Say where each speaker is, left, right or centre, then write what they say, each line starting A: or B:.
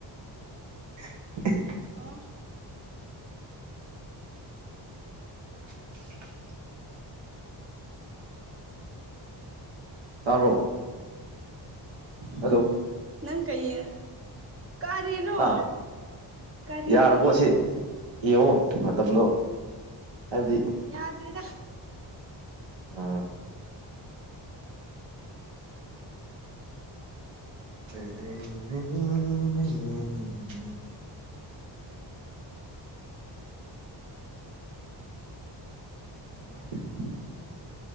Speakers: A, on the right; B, on the right.
A: <inaudible>
B: ꯑꯣ
A: <inaudible> ꯇꯥꯕ꯭ꯔꯣ ꯍꯜꯂꯣ
B: ꯅꯪ ꯀꯩꯌꯦ ꯀꯔꯤꯅꯣ
A: ꯍꯥ
B: ꯀꯔꯤꯅꯣ
A: ꯌꯥꯔꯕꯣ ꯁꯤ ꯌꯦꯡꯉꯣ ꯃꯇꯝꯗ‌ꯣ ꯍꯥꯏꯕꯗꯤ
B: ꯌꯥꯗꯔꯤꯗ
A: ꯎꯝ <unintelligible> <inaudible>